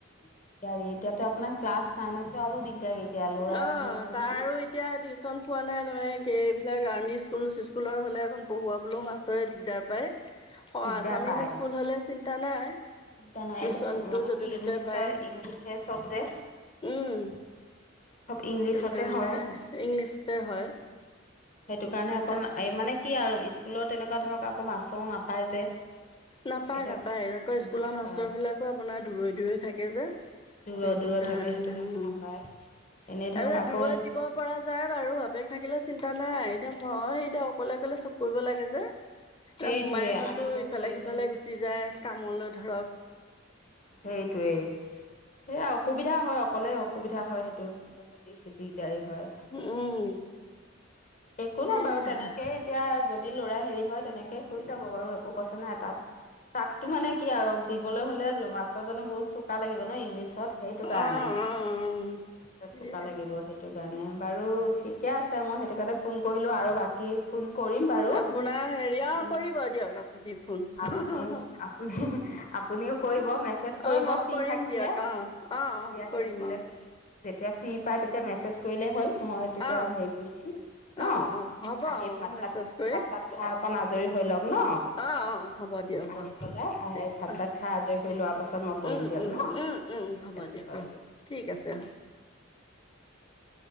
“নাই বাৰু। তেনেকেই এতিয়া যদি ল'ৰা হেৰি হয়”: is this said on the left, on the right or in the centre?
Left